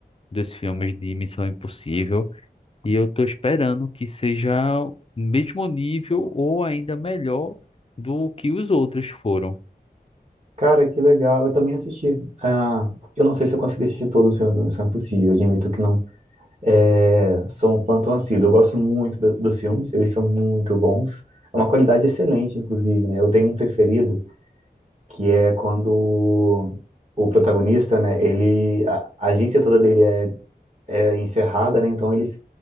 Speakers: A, on the left; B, on the right.
A: dos filmes de Missão Impossível. E eu tô esperando que seja o mesmo nível ou ainda melhor do que os outros foram.
B: cara, que legal. Eu também assisti. Ah, eu não sei se eu consegui assistir todos os filmes do Missão Impossível, eu admito que não é, sou um fã tão assíduo. Eu gosto muito do- dos filmes, eles são muito bons. É uma qualidade excelente, inclusive, né? Eu tenho um preferido que é quando o protagonista, né, ele a, a agência toda dele é, é encerrada, né? Então eles